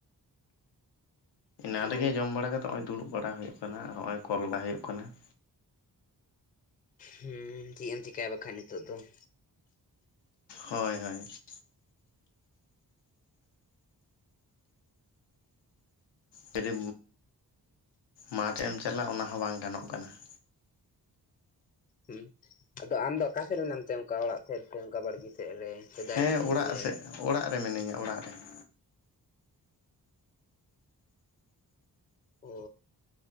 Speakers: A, on the left; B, on the left.
A: ᱾ ᱮᱱᱟᱝ
B: ᱚ
A: ᱨᱮᱜᱮ ᱡᱚᱢ ᱵᱟᱲᱟ ᱠᱟᱛᱮ ᱱᱚᱜᱼᱚᱭ ᱫᱩᱲᱩᱵ ᱵᱟᱲᱟ ᱦᱩᱭᱩᱜ ᱠᱟᱱᱟ ᱟᱨ ᱱᱚᱜᱼᱚᱭ ᱠᱚᱞ ᱵᱟᱲᱟ ᱦᱩᱭᱩᱜ ᱠᱟᱱᱟ ᱾
B: ᱦᱩᱸ ᱪᱮᱫ ᱮᱢ ᱪᱤᱠᱟᱹᱭᱟ ᱵᱟᱠᱷᱟᱡ ᱱᱤᱛᱳᱜ ᱫᱚ ᱾
A: ᱦᱳᱭ ᱦᱳᱭ ᱾ ᱡᱩᱫᱤ ᱢᱟᱴᱷ ᱮᱢ ᱪᱟᱞᱟᱜ ᱚᱱᱟ ᱦᱚᱸ ᱵᱟᱝ ᱜᱟᱱᱚᱜ ᱠᱟᱱᱟ ᱾
B: ᱦᱩᱸ ᱟᱫᱚ ᱟᱢ ᱫᱚ ᱚᱠᱟ ᱥᱮᱫ ᱨᱮ ᱢᱮᱱᱟᱢ ᱛᱮ, ᱚᱱᱠᱟ ᱚᱲᱟᱜ ᱥᱮᱫ ᱥᱮ ᱚᱱᱠᱟ ᱵᱟᱲᱜᱮ ᱥᱮᱫ ᱨᱮ? ᱥᱮ ᱫᱟᱨᱮ
A: ᱦᱮᱸ
B: ᱩᱢᱩᱞ
A: ᱚᱲᱟᱜ
B: ᱨᱮ
A: ᱥᱮᱫ ᱚᱲᱟᱜ ᱨᱮ ᱢᱤᱱᱟᱹᱧᱟ ᱚᱲᱟᱜ ᱨᱮ ᱾
B: ᱚ